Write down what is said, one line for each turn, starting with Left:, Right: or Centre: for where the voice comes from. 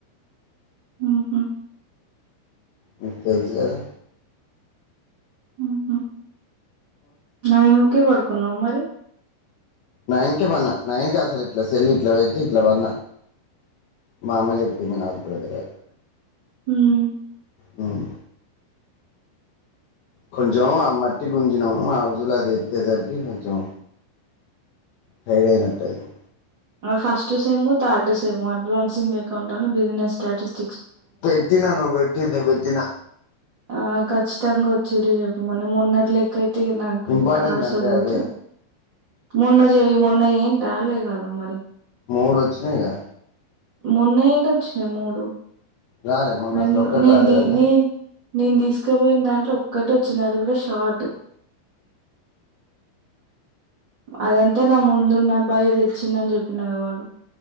Right: హ్మ్మ్
Left: నీకు తెల్సు కదా
Right: హ్మ్మ్ నైన్ కే పడుకున్నావు మరి
Left: నైన్ కే పన్న నైన్ క అసలు ఇట్లా సెల్ ఇట్ల పెట్టి ఇట్లా వన్న మా అమ్మ చెప్పింది నాకు అడుదుల
Right: హ్మ్.
Left: హ్మ్మ్ కొంచెం ఆ మట్టి గుంజినం ఆ రోజులు అది ఎత్తేసరికి కొంచెం టైడ్ అయినట్టయింది
Right: first same third same advancing అకౌంటను బిజినెస్ స్టాటస్
Left: పెట్టినా నువ్వు పెట్టింది పెట్టినా
Right: ఆ కచ్చితాంగొచ్చేటివి చెప్పమను మొన్నటిలెక్కయిత్ తే నాకు
Left: ఇంపార్టెంట్
Right: ఆశబోత
Left: అంటే అవే
Right: మొన్న చెవి మొన్న ఏం రాలేదు కదా మరి
Left: మూడు వచ్చినాయిగా
Right: మొన్న ఏడొచ్చినాయి మూడు
Left: రాలే మొన్నసలు
Right: రెండు
Left: ఒకటి
Right: నేను
Left: రాలే
Right: ది
Left: అందుకో
Right: నీ నేను తీసుకుపోయిన దాంట్లో ఒక్కటొచ్చింది అది కూడా షాట్ అదంతా నా ముందున్న అబ్బాయి తెచ్చిండని చెప్పిన వాడు